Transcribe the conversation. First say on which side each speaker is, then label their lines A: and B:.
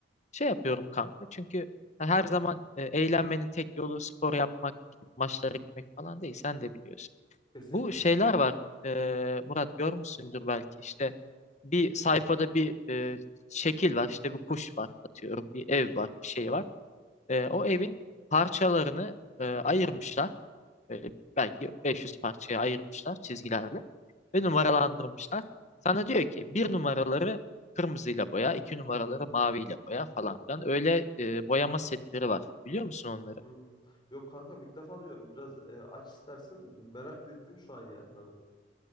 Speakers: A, on the left (about 40°); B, on the left (about 25°).
A: Şey yapıyorum kanka çünkü her zaman e, eğlenmenin tek yolu spor yapmak, gidip maçlara gitmek falan değil sen de biliyorsun.
B: Kesinlikle.
A: Bu şeyler var e, Murat görmüşsündür belki işte bir sayfada bir e, şekil var İşte bir kuş var atıyorum bir ev var bir şey var. E, o evin parçalarını e, ayırmışlar E, belki 500 parçaya ayırmışlar çizgilerle
B: Hı
A: ve
B: hı.
A: numaralandırmışlar. Sana diyor ki bir numaraları kırmızıyla boya, iki numaraları maviyle boya falan filan. Öyle e, boyama setleri var. Biliyor musun onları?
B: Hmm. Yok kanka ilk defa diyorum. Biraz e, aç istersen merak da ettim şu an yani. Hani